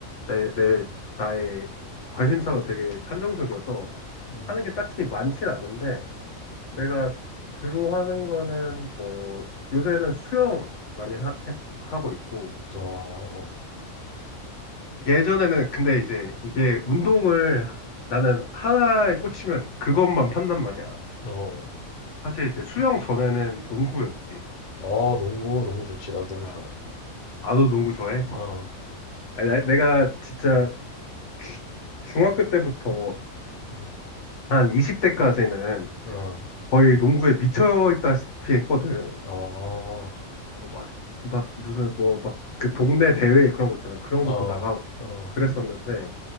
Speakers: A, on the left; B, on the left.
A: 내, 내, 나의 관심사가 되게 한정적이어서
B: 음.
A: 하는 게 딱히 많진 않은데, 내가 주로 하는 거는 뭐 요새는 수영 많이 하, 해- 하고 있고,
B: 와, 어,
A: 예전에는 근데 이제 이게 운동을 하- 나는 하나에 꽂히면 그것만 판단 말이야.
B: 어,
A: 사실 이제 수영 전에는 농구였지.
B: 어, 농구, 농구 좋지. 나도 농구
A: 아,
B: 좋아해.
A: 나도 농구 좋아해.
B: 어,
A: 아, 나- 내가 진짜
B: 음,
A: 주- 중학교 때부터
B: 음,
A: 한 20대까지는
B: 어,
A: 거의 농구에 미쳐 있다시피 했거든.
B: 어,
A: 아, 막, 막 무슨 뭐 막 그 동네 대회 그런 거 있잖아. 그런
B: 어,
A: 것도 나가고
B: 어,
A: 그랬었는데